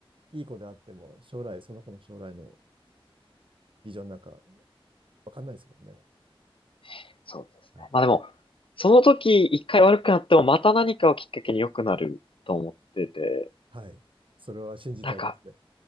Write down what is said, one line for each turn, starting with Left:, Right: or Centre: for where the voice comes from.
Right: いい子であっても、将来、その子の将来のビジョンなんかわかんないですもんね。
Left: <laughs> そうですね。
Right: はい。
Left: まあでも、その時一回悪くなっても、また何かをきっかけに良くなると思ってて、
Right: はい。それは信じたいですね。
Left: なんか、